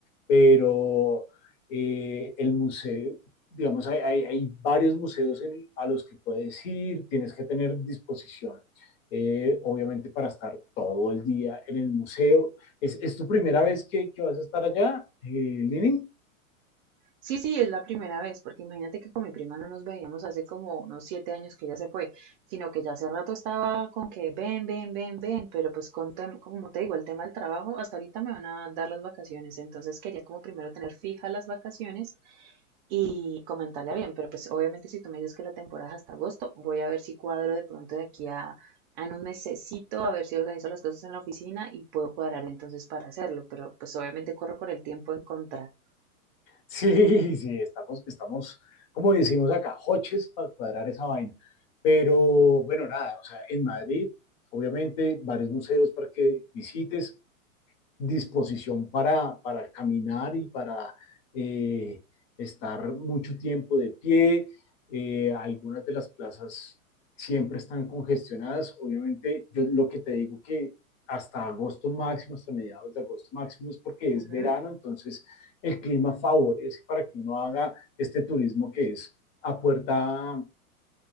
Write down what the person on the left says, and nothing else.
pero eh, el museo, digamos, hay, hay, hay varios museos en- a los que puedes ir, tienes que tener disposición, eh, obviamente, para estar todo el día en el museo. ¿Es, es tu primera vez que, que vas a estar allá, eh, Lini?
Sí, sí, estamos, estamos, como decimos acá, hoches para cuadrar esa vaina. Pero bueno, nada, o sea, en Madrid, obviamente, varios museos para que visites disposición para, para caminar y para eh, estar mucho tiempo de pie. Eh, algunas de las plazas siempre están congestionadas. Obviamente, yo lo que te digo que hasta agosto máximo, hasta mediados de agosto máximo, es porque
es verano, entonces el clima favorece para que uno haga este turismo que es a puerta,